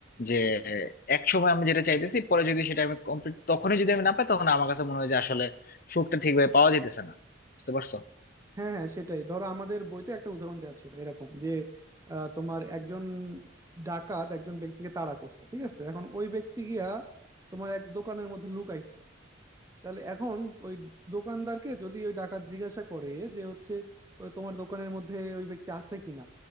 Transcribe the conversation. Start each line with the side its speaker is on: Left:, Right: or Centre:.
Left: যে এক সময় আমি যেটা চাইতেছি পরে যদি সেটা আমি কমপ্লিট তখনই যদি আমি না পাই তখন আমার কাছে মনে হয় যে আসলে সুখটা ঠিকভাবে পাওয়া যেতেছে না বুঝতে পারছো
Right: হ্যাঁ হ্যাঁ সেটাই ধরো আমাদের বইতে একটা উদাহরণ দেওয়া ছিল এরকম যে আহ, তোমার একজন ডাকাত একজন ব্যক্তিকে তাড়া করছে ঠিক আছে এখন ওই ব্যক্তি গিয়া তোমার এক দোকানের মধ্যে লুকাইছে তাহলে এখন ওই দোকানদারকে যদি ওই ডাকাত জিজ্ঞাসা করে যে হচ্ছে ও তোমার দোকানের মধ্যে ওই ব্যক্তি আছে কিনা